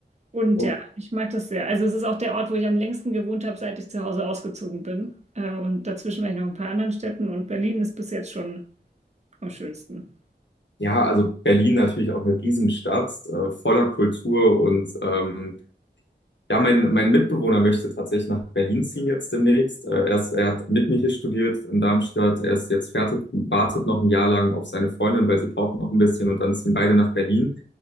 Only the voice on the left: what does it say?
Oh.
Ja, also Berlin natürlich auch eine Riesenstadt, äh, voller Kultur und ähm, Ja, mein, mein Mitbewohner möchte tatsächlich nach Berlin ziehen jetzt demnächst. Äh, Er ist, er hat mit mir hier studiert in Darmstadt. Er ist jetzt fertig, wartet noch ein Jahr lang auf seine Freundin, weil sie braucht noch ein bisschen und dann ziehen beide nach Berlin.